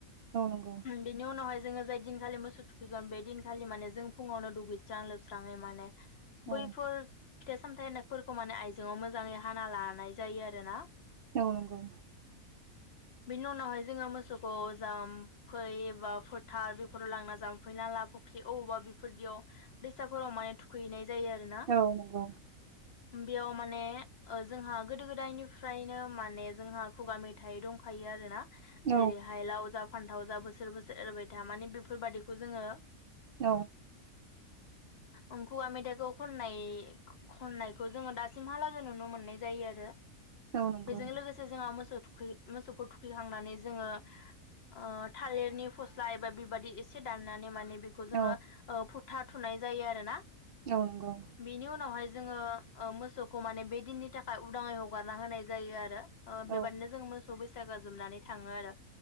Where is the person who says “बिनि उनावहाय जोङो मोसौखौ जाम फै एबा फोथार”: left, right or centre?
Left